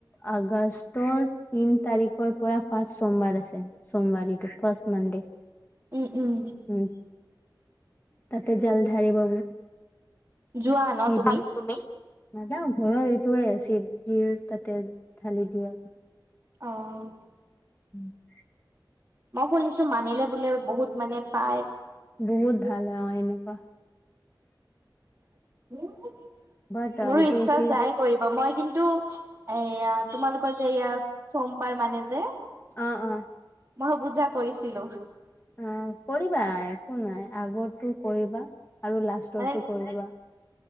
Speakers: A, on the left (about 25°); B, on the right (about 25°).
A: আগ আগষ্টৰ তিন তাৰিখৰ পৰা ফাৰ্ষ্ট সোমবাৰ আছে। চোমবাৰিটো ফাৰ্ষ্ট মানডে।
B: উম উম
A: উম, তাতে জল ঢালিব
B: যোৱা
A: নিদিয়ে
B: ন তুমি?
A: নাযাওঁ ঘৰৰ এইটোৱে শিৱজীৰ তাতে ঢালি দিওঁ আৰু।
B: অ',
A: <inaudible>
B: মই শুনিছোঁ, মানিলে বোলে বহুত মানে পাই
A: বহুত ভাল অ', এনেকুৱা
B: <inaudible>
A: বাট
B: মোৰো
A: এইটো
B: ইচ্ছা
A: কি
B: যাই কৰিব মই কিন্তু এয়া তোমালোকৰ যে ইয়া সোমবাৰ মানে যে
A: অ অ
B: মই পূজা কৰিছিলো।
A: অ', কৰিবা একো নাই। আগৰটো কৰিবা আৰু লাষ্টৰটো
B: মানে
A: কৰিবা।